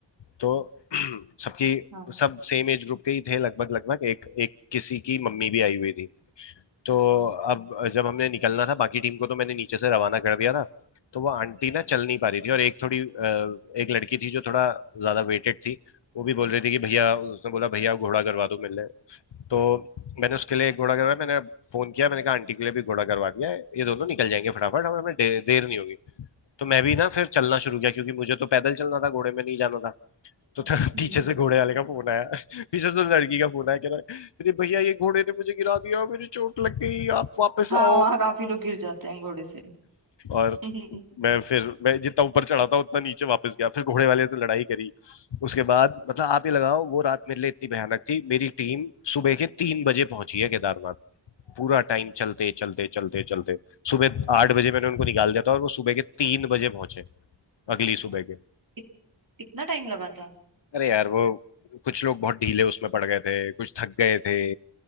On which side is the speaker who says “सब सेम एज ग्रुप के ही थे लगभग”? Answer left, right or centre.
Left